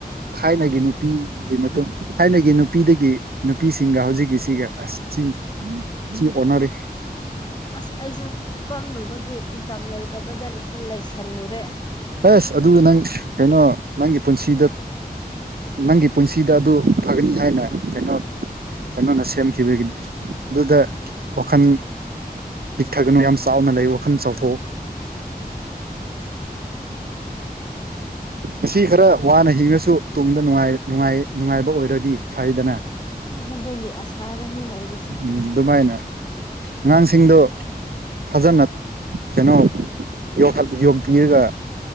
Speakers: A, on the right; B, on the left.
A: ꯊꯥꯏꯅꯒꯤ ꯅꯨꯄꯤꯒꯤ ꯃꯇꯨꯡ ꯊꯥꯏꯅꯒꯤ ꯅꯨꯄꯤꯗꯒꯤ ꯅꯨꯄꯤꯁꯤꯡꯒ ꯍꯧꯖꯤꯛꯀꯤꯁꯤꯒ ꯑꯁ ꯊꯤꯟ ꯊꯤꯅ ꯑꯣꯟꯅꯔꯤ
B: ꯑꯁ ꯑꯩꯁꯨ ꯄꯪꯂꯨꯕꯒꯤ ꯏꯟꯀꯝ ꯂꯩꯇꯕꯗ ꯂꯩꯁꯜꯂꯨꯔꯦ
A: ꯑꯁ ꯑꯗꯨꯒ ꯅꯪ ꯀꯩꯅꯣ ꯅꯪꯒꯤ ꯄꯨꯟꯁꯤꯗ ꯅꯪꯒꯤ ꯄꯨꯟꯁꯤ ꯁꯤꯗ ꯑꯗꯨ ꯐꯒꯅꯤ ꯍꯥꯏꯅ ꯀꯩꯅꯣ ꯀꯩꯅꯣꯅ ꯁꯦꯝꯈꯤ ꯇꯤꯕꯒꯤꯅꯤ ꯑꯗꯨꯗ ꯋꯥꯈꯟ ꯄꯤꯛꯊꯒꯅꯨ ꯌꯥꯝ ꯆꯥꯎꯅ ꯂꯩꯌꯨ ꯋꯥꯈꯟ ꯆꯥꯎꯊꯣꯛꯎ
B: <inaudible>
A: ꯉꯁꯤ ꯈꯔ ꯋꯥꯅ ꯍꯤꯡꯉꯁꯨ ꯇꯨꯡꯗ ꯅꯨꯡꯉꯥꯏ ꯅꯨꯡꯉꯥꯏ ꯅꯨꯡꯉꯥꯏꯕ ꯑꯣꯏꯔꯗꯤ ꯐꯩꯗꯅ
B: ꯑꯗꯨꯒꯤ ꯑꯁꯥꯗꯅꯤ ꯂꯩꯔꯤ
A: ꯎꯝ ꯑꯗꯨꯃꯥꯏꯅ ꯑꯉꯥꯡꯁꯤꯡꯗꯣ ꯐꯖꯅ ꯀꯩꯅꯣ ꯌꯣꯛꯈꯠ ꯌꯣꯛꯄꯤꯔꯒ